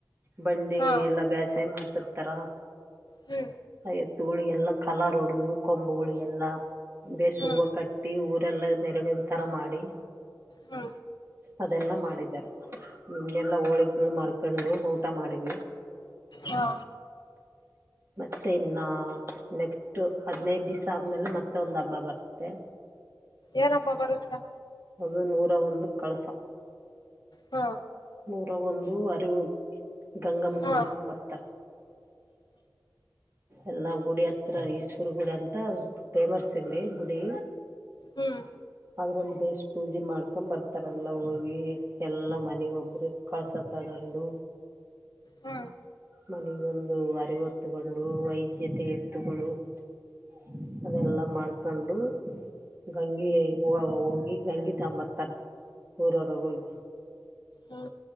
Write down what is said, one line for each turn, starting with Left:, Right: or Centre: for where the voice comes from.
Right: ಬಂಡಿ
Left: ಹಾ
Right: ಎಲ್ಲಾ ಬೇಸಾಯ ಮಾಡ್ತಿರ್ತಾರ.
Left: ಹ್ಮ್
Right: ಆ ಎತ್ತುಗಳಿ ಎಲ್ಲಾ ಕಲ ರ ಹೊಡ್ದದು ಕೊಂಬು ಎಲ್ಲಾ ಬೇಸ್
Left: ಹ್ಮ್
Right: ಹೂವು ಕಟ್ಟಿ ಊರ್ ಏಲ್ಲ ಮೆರಣಿ ತರ ಮಾಡಿ
Left: ಹ್ಮ
Right: ಅದೆಲ್ಲ ಮಾಡಿದ್ದಾರೆ ನಿನ್ನೆಲ್ಲಾ ಹೋಳಗ್ ಮರ್ಕೊಂಡು ಊಟ ಮಾಡ್ವಿ
Left: ಹಾ
Right: ಮತ್ತೆ ಇನ್ನ ನೆಕ್ಸ್ಟ್ ಹದನೈದ ದಿವಸ ಆದ್ಮೇಲೆ ಮತ್ತೆ ಒಂದ್ ಹಬ್ಬ ಬರ್ತ್ತೆ
Left: ಏನಬ್ಬ ಬರುತ್ತಾ
Right: ಅದು ನೂರ ಒಂದು ಕಳಸ
Left: ಹಾ
Right: <unintelligible> ಅರಿವು ಗಂಗಮ್ಮನ
Left: ಹಾ
Right: ಮಾಡ್ಕೊಂಡ್ ಬರ್ತಾರ ಎಲ್ಲಾ ಗುಡಿ ಹತ್ರ ಈಶ್ವವರ್ ಗುಡಿ ಅಂತ ಫೇಮಸ್ ಇಲ್ಲಿ ಗುಡಿ
Left: ಹ್ಮ್
Right: ಅದ್ರಲ್ಲಿ ದೇಶ ಪೂಜೆ ಮಾಡ್ಕೊಂಡ್ ಬರ್ತ ಆಥರ ಎಲ್ಲ ಹೋಗಿ ಎಲ್ಲ ಮನಗೊ ಒಬ್ಬರು ಕಳ್ಸ ತಗೊಂಡು
Left: ಹ್ಮ್
Right: ಮನಗೊಂದು ಅರಿವು ತಗೊಂಡು ವೈದ್ಯತೆ ಎತ್ತುಗಳು ಪೂನಾ ಅದೆಲ್ಲ ಮಾಡ್ಕೊಂಡು ಗಂಗೆ ಹ ಹೋಗಿ ಗಂಗಿ ತಂಬರ್ತಾನ ಊರವರಗೆ ಹೋಗಿ
Left: ಹ್ಮ